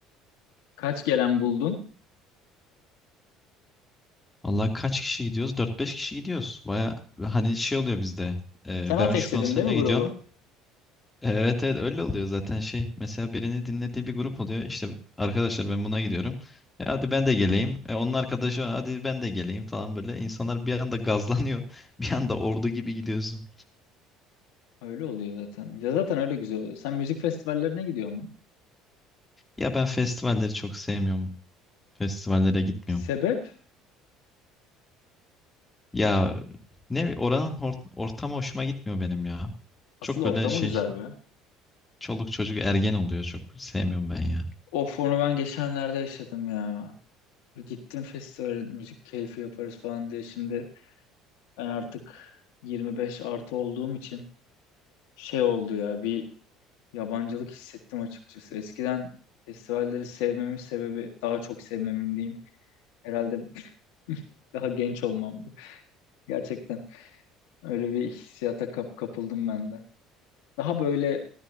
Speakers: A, on the left; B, on the left.
A: Kaç gelen buldun?
B: Allah kaç kişi gidiyoruz? Dört beş kişi gidiyoruz. Baya hani şey oluyor bizde. Ee,
A: Sen ateşledin
B: ben şu konsere
A: değil mi grubu?
B: gidiyorum. Evet evet öyle oluyor zaten şey. Mesela birini dinlediği bir grup oluyor. İşte arkadaşlar ben buna gidiyorum. E, hadi ben de geleyim. E, onun arkadaşı hadi ben de geleyim falan böyle. İnsanlar bir anda gazlanıyor. <laughs> Bir anda ordu gibi gidiyorsun.
A: Öyle oluyor zaten. Ya zaten öyle güzel oluyor. Sen müzik festivallerine gidiyor mu?
B: Ya ben festivalleri çok sevmiyorum. Festivallere gitmiyorum.
A: Sebep?
B: Ya ne bi- oranın hor- ortamı hoşuma gitmiyor benim ya.
A: Asıl
B: Çok
A: ortamı
B: böyle şey
A: güzel be.
B: çoluk çocuk ergen oluyor çok sevmiyorum ben ya.
A: Of onu ben geçenlerde yaşadım ya. Gittim festivale müzik keyfi yaparız falan diye. Şimdi ben artık 25 artı olduğum için şey oldu ya bir yabancılık hissettim açıkçası. Eskiden festivalleri sevmemin sebebi daha çok sevmemin diyeyim. Herhalde <laughs> daha genç olmamdı. Gerçekten. Öyle bir hissiyata kap kapıldım ben de. Daha böyle